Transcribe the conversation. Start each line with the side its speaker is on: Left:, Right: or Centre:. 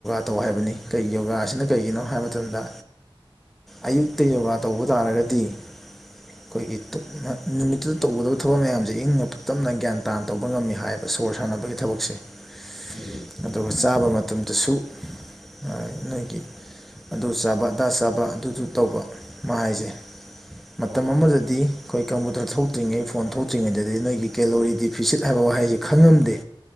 Centre: ꯇꯧ ꯍꯥꯏꯕꯅꯤ ꯀꯩ ꯌꯣꯒꯥꯁꯤꯅ
Right: ꯑꯍꯥ
Centre: ꯀꯩꯒꯤꯅꯣ ꯍꯥꯏꯕ ꯃꯇꯝꯗ ꯑꯌꯨꯛꯇ ꯌꯣꯒꯥ ꯇꯧꯕ ꯇꯥꯔꯒꯗꯤ ꯑꯩꯈꯣꯏꯒꯤ ꯇꯨ ꯅꯨꯃꯤꯠꯇꯨꯗ ꯇꯧꯒꯗꯕ ꯊꯕꯛ ꯃꯌꯥꯝꯁꯦ ꯏꯪꯅ ꯇꯞꯅ ꯒ꯭ꯌꯥꯟ ꯇꯥꯅ ꯇꯧꯕ ꯉꯝꯃꯤ ꯍꯥꯏꯕ ꯁꯣꯔ ꯁꯥꯟꯅꯕꯒꯤ ꯊꯕꯛꯁꯦ <unintelligible>
Right: ꯎꯝ ꯍꯨꯝ
Centre: ꯑꯗꯨꯒ ꯆꯥꯕ ꯃꯇꯝꯗꯁꯨ ꯑ ꯅꯣꯏꯒꯤ ꯑꯗꯨ ꯆꯥꯕ ꯑꯗꯥ ꯆꯥꯕ ꯑꯗꯨꯁꯨ ꯇꯧꯕ ꯃꯥ ꯍꯥꯏꯁꯦ ꯃꯇꯝ
Right: ꯑꯍꯥ
Centre: ꯑꯃꯗꯗꯤ ꯑꯩꯈꯣꯏ ꯀꯝꯄꯨꯇꯔ ꯊꯣꯛꯇ꯭ꯔꯤꯉꯩ ꯐꯣꯟ ꯊꯣꯛꯇ꯭ꯔꯤꯉꯩꯗꯗꯤ ꯅꯣꯏꯒꯤ ꯀꯦꯂꯣꯔꯤ ꯗꯤꯐꯤꯁꯤꯠ ꯍꯥꯏꯕ ꯋꯥꯍꯩꯁꯤ ꯈꯪꯉꯝꯗꯦ